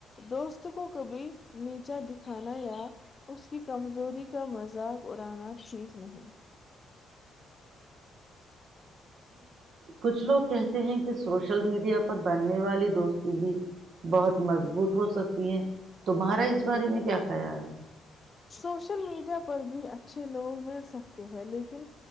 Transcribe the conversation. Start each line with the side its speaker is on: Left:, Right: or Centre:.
Left: دوست کو کبھی نیچا دکھانا یا اس کی کمزوری کا مذاق اڑانا شیخ روحن <inaudible>
Right: کچھ لوگ کہتے ہیں کہ سوشل میڈیا پر بننے والی دوستی بھی بہت مضبوط ہو سکتی ہے تمہارا اس بارے میں کیا خیال ہے
Left: سوشل میڈیا پر بھی اچھے لوگ مل سکتے ہیں لیکن